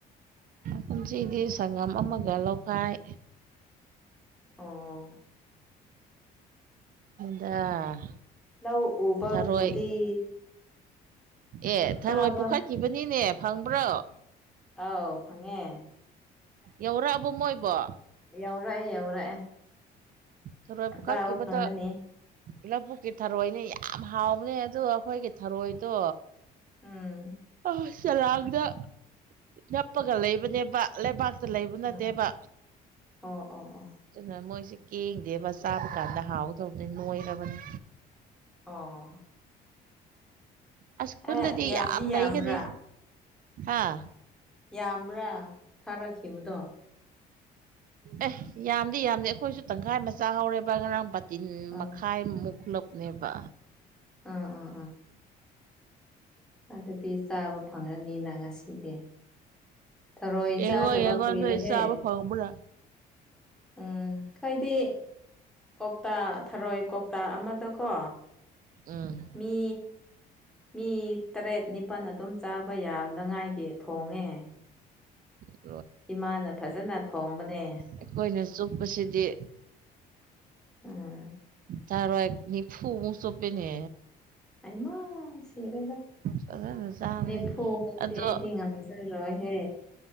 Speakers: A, on the right; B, in the centre.
A: ꯄꯨꯟꯁꯤꯗꯤ ꯁꯪꯒꯝ ꯑꯃꯒ ꯂꯧꯈꯥꯏ
B: ꯑꯥ
A: ꯗ
B: ꯂꯧ ꯎꯕꯕꯨꯗꯤ
A: ꯊꯔꯣꯏ ꯑꯦ ꯊꯔꯣꯏ
B: ꯆꯥꯕ
A: ꯄꯨꯈꯠꯈꯤꯕꯅꯤꯅꯦ ꯐꯪꯕ꯭ꯔꯣ
B: ꯑꯥꯎ ꯐꯪꯉꯦ
A: ꯌꯧꯔꯛꯑꯕꯣ ꯃꯣꯏꯕꯣ
B: ꯌꯧꯔꯛꯑꯦ ꯌꯧꯔꯛꯑꯦ
A: ꯆꯔꯣꯏ ꯄꯨꯈꯠꯈꯤꯕꯗ
B: ꯆꯥꯕ ꯐꯪꯂꯅꯤ
A: ꯂꯧꯕꯨꯛꯀꯤ ꯊꯔꯣꯏꯅꯦ ꯌꯥꯝ ꯍꯥꯎꯕꯅꯦ ꯑꯗ ꯑꯩꯈꯣꯏꯒꯤ ꯊꯔꯣꯏꯗꯣ
B: ꯎꯝ
A: ꯑ ꯆꯂꯥꯡꯗ ꯅꯞꯄꯒ ꯂꯩꯕꯅꯦꯕ ꯂꯩꯕꯥꯛꯇ ꯂꯩꯕ
B: ꯎꯝ
A: ꯅꯠꯇꯦꯕ
B: ꯑꯣ ꯑꯣ ꯑꯣ
A: ꯑꯗꯨꯅ ꯃꯣꯏꯁꯤꯦ ꯀꯦꯡꯗꯦꯕ ꯆꯥꯕ ꯀꯥꯟꯗ ꯍꯥꯎꯗꯧꯕꯅꯤ ꯅꯣꯏꯔꯕꯅꯤ
B: ꯑꯣ
A: ꯑꯁ ꯈꯨꯜꯗꯗꯤ
B: ꯑꯦ ꯌꯥꯝꯗꯤ
A: ꯌꯥꯝ
B: ꯌꯥꯝꯕ꯭ꯔꯥ
A: ꯂꯩꯒꯅꯤ ꯑꯥ
B: ꯌꯥꯝꯕ꯭ꯔꯥ ꯊꯥꯔꯛꯈꯤꯕꯗꯣ
A: ꯑꯦ ꯌꯥꯝꯗꯤ ꯌꯥꯝꯗꯦ ꯑꯩꯈꯣꯏꯁꯨ ꯇꯪꯈꯥꯏ ꯃꯆꯥ ꯍꯧꯔꯦꯕ ꯉꯔꯥꯡ ꯇꯤꯟ
B: ꯑꯥ
A: ꯃꯈꯥꯏꯃꯨꯛ ꯈꯨꯂꯞꯅꯦꯕ
B: ꯎꯝ ꯎꯥ ꯑꯣ ꯑꯗꯨꯗꯤ ꯆꯥꯕ ꯐꯪꯂꯔꯅꯤꯅ ꯉꯁꯤꯗꯤ ꯊꯔꯣꯏ
A: ꯑꯦꯡꯉꯣ
B: ꯆꯥꯗꯕ
A: ꯌꯦꯡꯉꯣꯟ
B: ꯀꯨꯏꯔꯦꯍꯦ
A: ꯁꯕ ꯐ ꯄꯨꯔ
B: ꯎꯝ ꯍꯥꯏꯗꯤ ꯀꯧꯇꯥ ꯊꯔꯣꯏ ꯀꯧꯇꯥ ꯑꯃꯗꯀꯣ
A: ꯎ
B: ꯃꯤ ꯃꯤ ꯇꯔꯦꯠ ꯅꯤꯄꯜ ꯑꯗꯨꯝ ꯆꯥꯕ ꯌꯥꯅꯉꯥꯏꯒꯤ ꯊꯣꯡꯉꯦ
A: ꯍ
B: ꯏꯃꯥꯅ ꯐꯖꯅ ꯊꯣꯡꯕꯅꯦ
A: ꯑꯩꯈꯣꯏꯅ ꯆꯨꯞꯄꯁꯤꯗꯤ
B: ꯎꯝ
A: ꯇꯔꯣꯅꯤꯐꯨ ꯃ ꯆ ꯄꯦꯅꯦ
B: ꯑꯃ ꯁꯤꯔꯦꯗꯥ
A: ꯐꯖꯅ ꯆꯥꯕꯅꯦ
B: ꯅꯦꯐꯨꯃꯨꯛꯇꯤ
A: ꯑꯗꯣ
B: ꯑꯩꯗꯤ ꯉꯝꯖꯔꯔꯣꯏꯍꯦ